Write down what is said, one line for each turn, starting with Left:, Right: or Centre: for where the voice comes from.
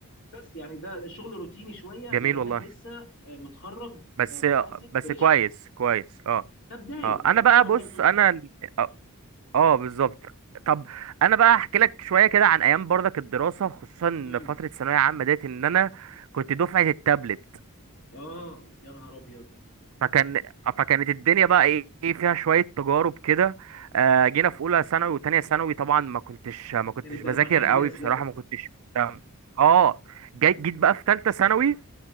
Left: بس يعني ده شغل روتيني شويه
Right: جميل
Left: بما انك
Right: والله
Left: لسه آه، متخرج
Right: بس
Left: آه، محاسب
Right: بس
Left: فريش
Right: كويس كويس اه
Left: ده بدايه
Right: اه انا
Left: ده بدايه
Right: بقى
Left: والله
Right: بص
Left: يا زوز
Right: انا ال- اه آه، بالظبط طب انا بقى احكي لك شويه كده عن ايام برضك الدراسه خصوصا
Left: امم
Right: فتره ثانويه عامه ديت ان انا كنت دفعه التابلت
Left: اه يا نهار ابيض
Right: فكان فكانت الدنيا بقى ايه إيه فيها شويه تجارب كده آه، جينا في اولى ثانوي وتانية ثانوي طبعا ما كنتش ما كنتش
Left: يعني الدرمغانه
Right: بذاكر قوي
Left: دي يا زياد
Right: بصراحه ما كنتش مهتم. اه جاي- جيت بقى في ثالثه ثانوي